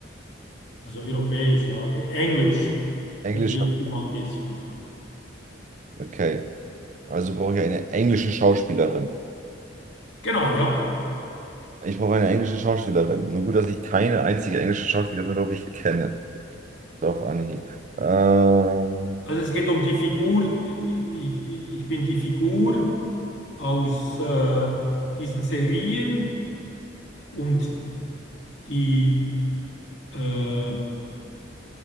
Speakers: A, on the left; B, on the right.
A: also europäisch, ja. E- Englisch.
B: Englischer?
A: Ich helfe dir mal ein bisschen da.
B: Okay. Also brauche ich eine englische Schauspielerin.
A: Genau, ja.
B: Ich brauche eine englische Schauspielerin. Nur gut, dass ich keine einzige englische Schauspielerin, glaube ich, kenne. So auf Anhieb. Ähm,
A: Also es geht um die Figur. Ich, ich, ich bin die Figur aus äh, diesen Serien und die, äh,